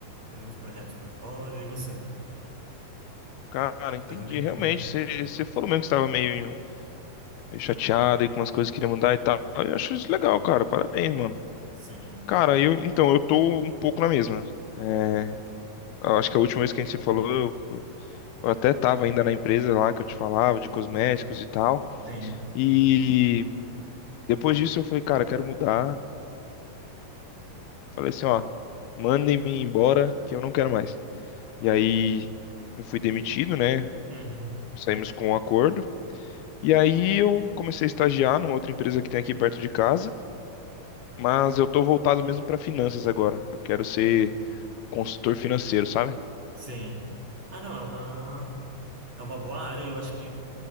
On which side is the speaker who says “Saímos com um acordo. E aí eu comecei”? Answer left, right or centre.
Left